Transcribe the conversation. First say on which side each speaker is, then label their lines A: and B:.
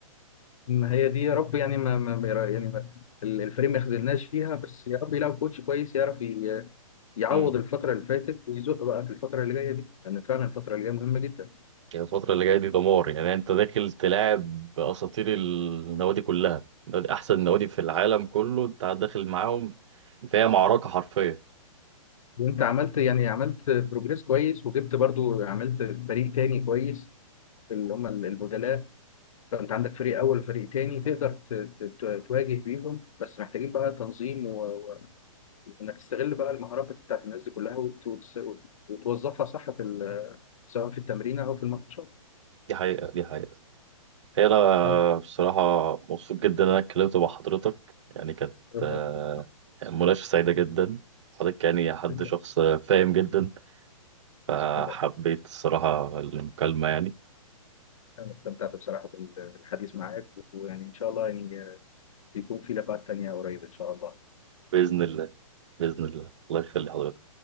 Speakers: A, on the left; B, on the right.
A: ما هي دي يا رب يعني ما, ما ما يرا- يعني ما ال- الفريق ما يخذلناش فيها بس يا رب يلاقي كوتش كويس يعرف ي- يعوض
B: امم
A: الفترة اللي فاتت ويزق بقى في الفترة اللي جاية دي لأن فعلا الفترة اللي جاية مهمة جدا
B: يعني الفترة اللي جاية دي دمار يعني انت داخل تلاعب أساطير النوادي كلها نوادي- أحسن نوادي في العالم كله انت داخل معاهم فهي معركة حرفية
A: وأنت عملت يعني عملت بروجريس كويس وجبت برضو عملت فريق تاني كويس في اللي هم ال- البدلاء فأنت عندك فريق أول وفريق تاني تقدر ت- ت- ت- تواجه بيهم بس محتاجين بقى تنظيم و- و- وإنك تستغل بقى المهارات بتاعت الناس دي كلها وت- وتس- وتوظفها صح في ال سواء في التمرين او في الماتشات
B: دي حقيقة دي حقيقة هي أنا
A: تمام
B: بصراحة مبسوط جدا إن أنا اتكلمت مع حضرتك يعني كانت
A: ربنا
B: آه،
A: يخليك.
B: مناقشة سعيدة جدا حضرتك يعني حد
A: تسلم
B: شخص فاهم جدا فحبيت
A: الله يخليك
B: الصراحة المكالمة يعني
A: انا استمتعت بصراحه بال- بالحديث معاك ويعني ان شاء الله يعني يكون في لقاءات تانية قريب ان شاء الله
B: بإذن الله بإذن الله الله يخلي حضرتك